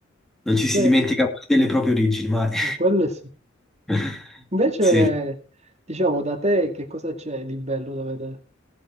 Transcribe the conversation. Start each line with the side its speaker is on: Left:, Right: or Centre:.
Centre: non
Right: Dice,
Centre: ci si dimentica mai delle proprie origini, mai.
Right: eh, quello è sì.
Centre: <laughs>
Right: Invece,
Centre: Sì,
Right: diciamo, da te che cosa c'è di bello da vedere?